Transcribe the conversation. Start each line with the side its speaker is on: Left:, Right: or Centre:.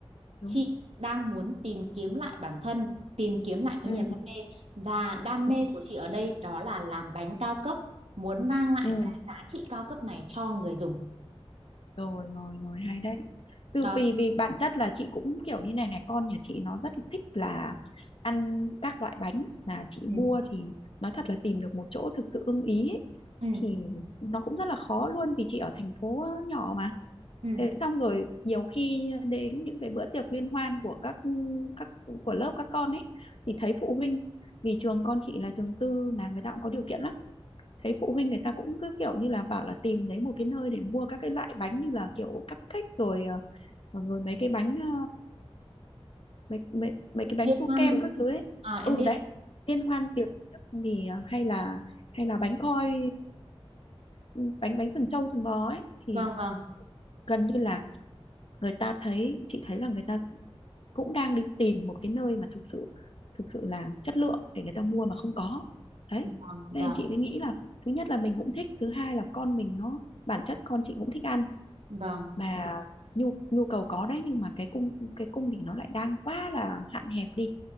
Left: đúng
Right: chị đang muốn tìm kiếm lại bản thân tìm kiếm lại cái
Left: ừ
Right: niềm đam mê và đam
Left: ừ
Right: mê của chị ở đây đó là làm bánh cao cấp muốn mang lại
Left: ừ.
Right: cái giá trị cao cấp này cho người dùng
Left: rồi rồi rồi hay đấy từ
Right: đó
Left: vì vì bản chất là chị cũng kiểu như này này con nhà chị nó rất thích là ăn các loại bánh mà chị
Right: ừ
Left: mua thì nói thật là tìm được một chỗ thực sự ưng ý ấy,
Right: ừ
Left: thì nó cũng rất là khó luôn vì chị ở thành phố nhỏ mà
Right: ừ
Left: thế xong rồi nhiều khi đến những cái bữa tiệc liên hoan của các các của lớp các con ấy thì thấy phụ huynh vì trường con chị là trường tư mà người ta cũng có điều kiện lắm thấy phụ huynh người ta cũng cứ kiểu như là bảo là tìm đấy một cái nơi để mua các cái loại bánh như là kiểu cupcake rồi ờ, rồi mấy cái bánh ờ, mấy mấy mấy cái bánh
Right: liên
Left: su
Right: hoan
Left: kem
Right: đúng
Left: các thứ ấy
Right: à, em
Left: ừ
Right: biết
Left: đấy liên hoan tiệc trước thì ờ, hay là hay là bánh khoi ờ, bánh bánh sừng trâu sừng bò ấy thì
Right: vâng vâng
Left: gần như là người ta thấy chị thấy là người ta cũng đang đi tìm một cái nơi mà thực sự thực sự là chất lượng để người ta mua mà không có đấy
Right: vâng vâng
Left: nên chị mới nghĩ là thứ nhất là mình cũng thích thứ hai là con mình nó bản chất con chị cũng thích ăn
Right: vâng
Left: mà nhu nhu cầu có đấy nhưng mà cái cung cái cung thì nó lại đang quá là hạn hẹp đi